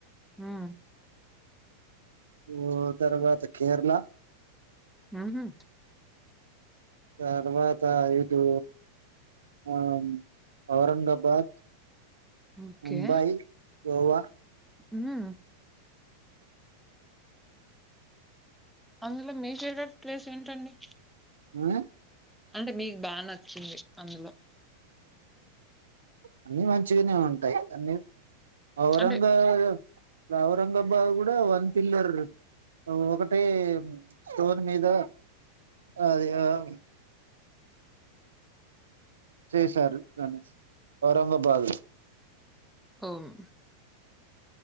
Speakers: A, in the centre; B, on the right.
A: ఉమ్
B: ఓ తర్వాత కేరళా
A: ఉహు
B: తర్వాత ఇటు ఆమ్ ఔరంగాబాద్
A: ఓకే
B: ముంబై గోవా
A: ఉహు అందులో మీ ఫేవరెట్ ప్లేస్ ఏంటండి
B: <inaudible>
A: అంటే మీకు బాగా నచ్చింది అందులో
B: అన్ని మంచిగానే ఉంటాయి అన్ని ఔరంగావద్
A: అంటే
B: ఔరంగాబాద్ కూడా వన్ పిల్లర్ ఒకటి స్టోన్ మీద అది అమ్ <inaudible> చేసారు దాన్స్ ఔరంగబాదులో
A: ఉమ్